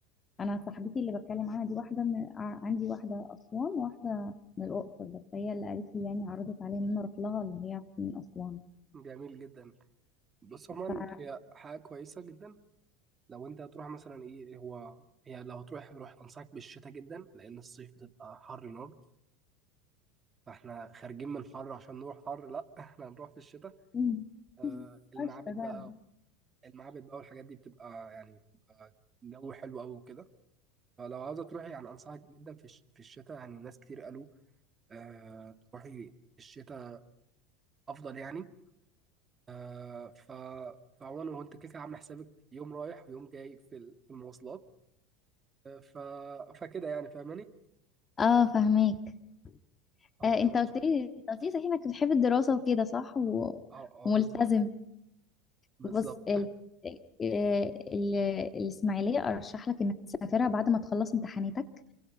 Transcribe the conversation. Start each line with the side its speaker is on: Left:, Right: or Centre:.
Left: أنا صاحبتي اللي بتكلم عنها دي واحدة من ع- عندي واحدة أسوان وواحدة من الأقصر بس هي اللي قالت لي يعني عرضت عليا إن أنا أروح لها اللي هي من أسوان
Right: جميل جدا بص عموما
Left: ف
Right: هي حاجة كويسة جدا لو انت هتروح مثلا ايه إيه هو هي لو هتروح روح انصحك بالشتاء جدا لان الصيف بتبقى حر نار فاحنا خارجين من حر عشان نروح حر لا <laughs> احنا هنروح في الشتاء
Left: مم.
Right: آه المعابد
Left: قشطة فعلا
Right: بقى المعابد بقى والحاجات دي بتبقى يعني بتبقى جو حلو قوي وكده فلو عاوزة تروحي يعني انصحك جدا في الش- في الشتاء يعني ناس كتير قالوا آه تروحي في الشتاء افضل يعني آه، ف فعموما هو انت كده كده عامل حسابك يوم رايح ويوم جاي في ال- في المواصلات آه، ف فكده يعني فاهماني
Left: اه فهماك
Right: اه
Left: آه،
Right: تمام
Left: انت قلت لي انت قلت لي صحيح انك بتحب الدراسة وكده صح و...
Right: اه اه
Left: وملتزم
Right: بالظبط بالظبط
Left: بص ال... آه، ال... الإسماعيلية أرشح لك إنك تسافرها بعد ما تخلص امتحاناتك